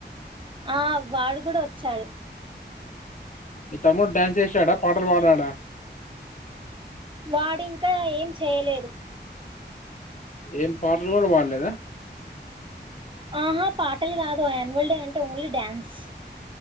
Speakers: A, on the right; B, on the left.
A: ఆ వాడు కూడా వచ్చాడు
B: మీ తమ్ముడు డ్యాన్స్ చేసాడా పాటలు పాడాడా
A: వాడింకా ఏం చేయలేదు
B: ఏం పాటలు కూడా పాడలేదా
A: ఆహా పాటలు కాదు యాన్యువల్ డే అంటే ఓన్లీ డ్యాన్స్